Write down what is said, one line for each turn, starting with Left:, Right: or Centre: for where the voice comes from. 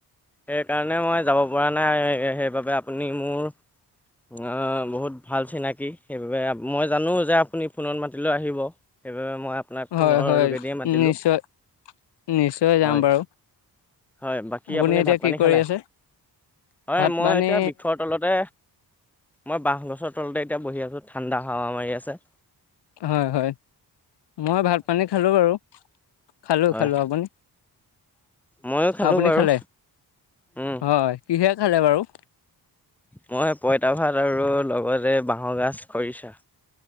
Centre: সেইকাৰণে মই যাব পৰা নাই, সেইবাবে আপুনি মোৰ আ, বহুত ভাল চিনাকি সেইবাবে মই জানোঁ যে আপুনি ফোনত মাতিলেও আহিব। সেইবাবে মই আপোনাক ফোনৰ
Left: হয়-হয়
Centre: যোগেদিয়ে মাতিলোঁ
Left: নিশ্চয়, নিশ্চয়
Centre: হয়
Left: যাম বাৰু।
Centre: হয় বাকী
Left: আপুনি এতিয়া
Centre: ভাত পানী
Left: কি কৰি
Centre: খালে?
Left: আছে?
Centre: হয়
Left: ভাত
Centre: মই
Left: পানী
Centre: এতিয়া বিষৰ তলতে মই বাঁহগছৰ তলতে এতিয়া বহি আছোঁ ঠাণ্ডা হাৱা মাৰি আছে।
Left: হয়-হয়। মই ভাত পানী খালোঁ বাৰু, খালোঁ-খালোঁ,
Centre: হয়
Left: আপুনি?
Centre: ময়ো খালোঁ
Left: আপুনি
Centre: বাৰু,
Left: খালে
Centre: উম।
Left: হয়, কিহেৰে খালে বাৰু?
Centre: মই পঁইতা ভাত আৰু লগতে বাঁহৰ গাজ খৰিছা।